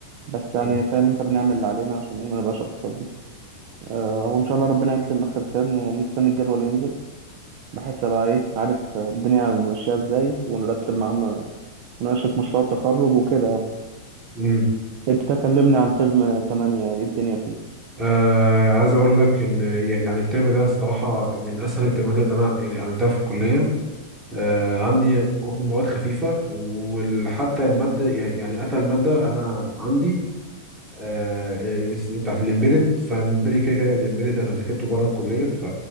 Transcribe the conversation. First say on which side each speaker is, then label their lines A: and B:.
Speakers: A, on the right; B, on the right.
A: بس يعني
B: مم.
A: فاهم انت بنعمل اللي علينا عشان ايه ما نبقاش اكتر دي آه وان شاء الله ربنا يكرم اخر ترم ونستنى الجدول ينزل بحيث ابقى ايه عارف الدنيا ماشيه ازاي ونرتب معانا مناقشه مشروع التخرج وكده يعني.
B: امم
A: انت تكلمني عن ترم 8 ايه الدنيا فيه
B: آه عايز اقول لك ان ي- يعني الترم ده الصراحة من اسهل الترمات اللي انا يعني قابلتها في الكلية آه عندي مواد خفيفة وحتى المادة يعني اتى المادة انا عندي آه اس- بتاعت الامبيدد فبالنسبة لي كده كده الامبيدد انا ذاكرته بره الكلية ف...